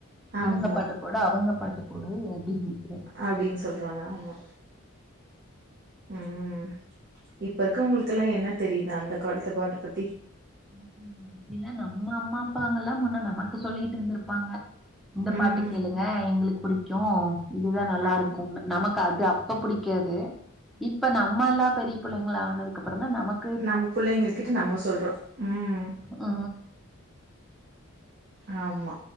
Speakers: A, on the right; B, in the centre.
A: ஆமா
B: இவுங்க பாட்டு போடு அவுங்க பாட்டு போடு அப்படின்ட்டு
A: அப்டின் சொல்றாங்க ஆமா ம் இப்ப இருக்கவுங்களுக்கு எல்லா என்ன தெரியுது அந்த காலத்து பாட்ட பத்தி
B: ம்ம் இல்ல நம்ம அம்மா அப்பாங்கல்லா முன்ன நமக்கு சொல்லிட்டு இருந்திருப்பாங்க இந்த
A: ம்
B: பாட்டு கேளுங்க எங்ளுக்கு புடிக்கு இதுதா நல்லாருக்குனு
A: ஆம்
B: நமக்கு அது அப்ப புடிக்காது இப்ப நம்மலா பெரிய புள்ளைங்கிளானதுக்கு அப்பற தா நமக்
A: நம்ம புள்ளைங்க கிட்ட நம்ம சொல்றோ ம்
B: ஆ
A: ஆமா